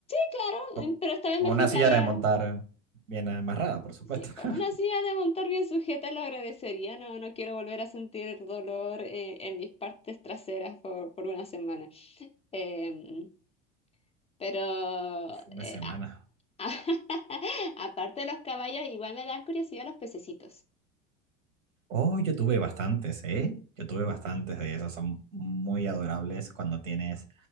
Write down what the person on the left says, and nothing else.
Claro,
eh, pero esta vez
me
fijaría,
sí, con
una silla de montar bien sujeta lo agradecería. No, no quiero volver a sentir dolor eh, en mis partes traseras por, por una semana. Em, pero
eh,
<laughs> Aparte de los caballos, igual me dan curiosidad los pececitos.